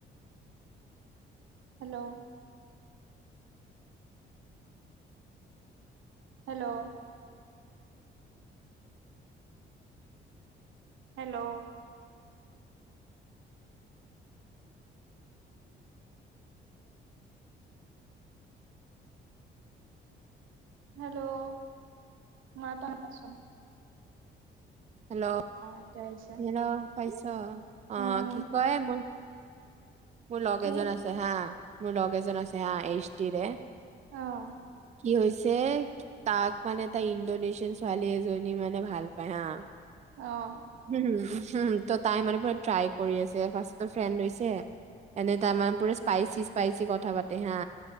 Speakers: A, on the right; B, on the right.
A: হেল্ল' হেল্ল' হেল্ল' হেল্ল' মা তাহানচোন
B: হেল্ল'
A: এতিয়া আহিছে
B: হেল্ল' পাইছ অ
A: উম
B: কি কয় মোক মোৰ লগ
A: কি
B: এজন আছে হা মোৰ লগ এজন আছে হা এইচ টি ৰে
A: আহ
B: কি হৈছে তাক মানে তাই ইণ্ডোনেছিয়ান ছোৱালী এজনী মানে ভাল পায় হা-
A: অ
B: হম হ উ ত' তাই মানে পুৰা ট্ৰাই কৰি আছে ফাৰ্ষ্ট ফ্ৰেণ্ড হৈছে এনে তাৰমানে পুৰা স্পাইচি স্পাইচি কথা পাতে হা,